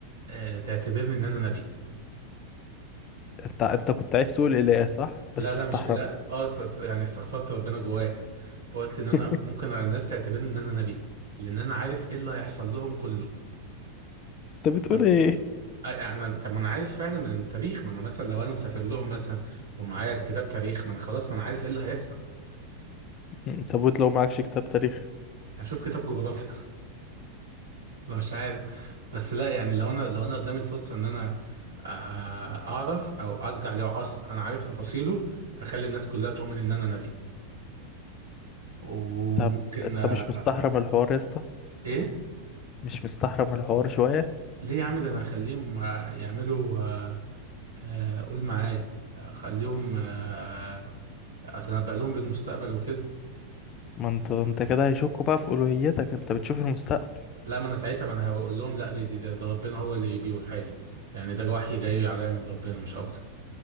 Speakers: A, on the right (about 75°); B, on the left (about 30°).
A: آه، تعتبرني ان انا نبي
B: انت انت كنت عايز تقول اله صح بس
A: لا لا
B: استحرم
A: مش لا اه س- س- يعني استغفرت ربنا جوايا كده فقلت ان انا
B: <laughs>
A: ممكن على الناس تعتبرني ان انا نبي لان انا عارف ايه اللي هيحصل لهم كله
B: انت بتقول
A: طب
B: ايه
A: آه، يعني أنا- طب ما انا عارف فعلا من التاريخ ما انا مثلا لو انا مسافر لهم مثلا ومعايا كتاب تاريخ ما انا خلاص ما انا عارف ايه اللي هيحصل
B: <laughs> طب وانت لو معكش كتاب تاريخ
A: هشوف كتاب جغرافيا <laughs> لا مش عارف بس لا يعني لو انا لو انا قدامي الفرصه ان انا آه، اعرف او ارجع له عصر انا عارف تفاصيله هخلي الناس كلها تؤمن ان انا نبي وممكن
B: طب انت
A: آه،
B: مش مستحرم الحوار يا اسطى
A: ايه
B: مش مستحرم الحوار شويه
A: ليه يا عم ده انا اخليهم آه، يعملوا آه، آه، قول معايا اخليهم آه، اتنبأ لهم بالمستقبل وكده
B: ما انت انت كده هيشكوا بقى في الوهيتك انت بتشوف المستقبل
A: لا ما انا ساعتها ما انا هقول لهم لا دي دي ده, ده ربنا هو اللي بيوحى لي يعني ده وحي جاي عليا من ربنا مش اكتر